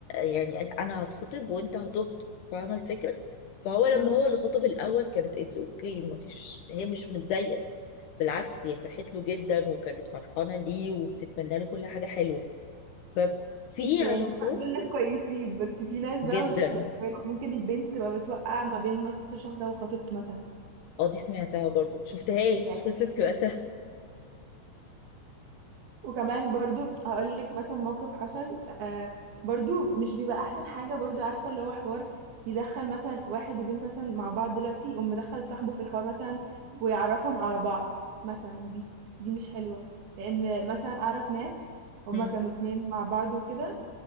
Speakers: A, on the left; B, on the right.
A: يعني أن- انا هتخطب وانت هتخطب فاهمه الفكره فهو لما
B: آه.
A: هو اللي خطب الاول كانت اتس اوكي ما فيش هي مش متضايقه بالعكس هي فرحت له جدا وكانت فرحانه ليه وبتتمنى له كل حاجه حلوه ففي
B: بس يعني
A: علاقات
B: فاهمة دول ناس كويسين بس في ناس
A: جدا
B: بقى مش بتبقى كويسة ممكن البنت تبقى بتوقع ما بين مثلا الشخص ده وخطيبته مثلا
A: اه دي سمعتها برضه شفتهاش
B: يعني
A: بس سمعتها
B: وكمان برضو هقول لك مثلا موقف حصل آه برضو مش بيبقى احسن حاجه برضو عارفه اللي هو حوار يدخل مثلا واحد وبنت مثلا مع بعض دلوقتي يقوم مدخل صاحبه في الحوار مثلا ويعرفهم على بعض مثلا دي دي مش حلوه لان مثلا اعرف ناس هما
A: مم.
B: كانوا اتنين مع بعض وكده